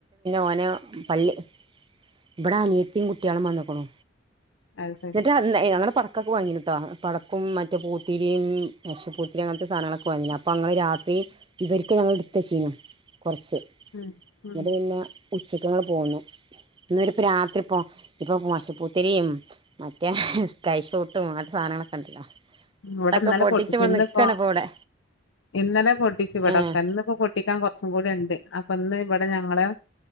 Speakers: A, on the right; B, on the left.
A: ഓനെ പള്ളി ഇവിടെ അനിയത്തിയും കുട്ടികളും വന്നക്കണു
B: അത് ശരി
A: എന്നിട്ട് <unintelligible> ഒക്കെ വങ്ങിട്ടോ പടക്കും മറ്റേ പൂത്തിരിയും മേശ പ്പൂത്തിരിയും അങ്ങനത്തെ സാധനങ്ങളൊക്കെ വാങ്ങിനി അപ്പോം ഞങ്ങൾ രാത്രി ഇവർക്ക നമ്മള എടുത്തുവെച്ചിനു കുറച്ച്
B: ഉം ഉം
A: എന്നിട്ട് പിന്നെ ഉച്ചക്ക ഞങ്ങ പോന്നു <unintelligible> ഇ രാത്രി പോ ഇപ്പൊ പോശ പുത്തിരിയും മറ്റേ സ്കൈ ഷൂട്ടും അങ്ങനത്തെ സാധനങ്ങളൊക്കെ ഉണ്ടല്ലോ
B: ഇവിടെ
A: അതൊക്കെ
B: ഇന്നലെ
A: പൊട്ടിച്ച്
B: പൊട്ടിച്ചു
A: ഇവിടെ
B: ഇന്നിപ്പോ
A: നിക്കാണ് ഇപ്പോ ഇവിടെ
B: ഇന്നല പൊ പൊട്ടിച്ച ഇവിടെയൊക്കെ
A: ഏഹ്
B: ഇന്ന് പൊട്ടിക്കാൻ കുറച്ചേക്കൂടെ ഇണ്ട് അപ്പൊ ഇന്ന് ഇവ വിടെ ഞങ്ങള്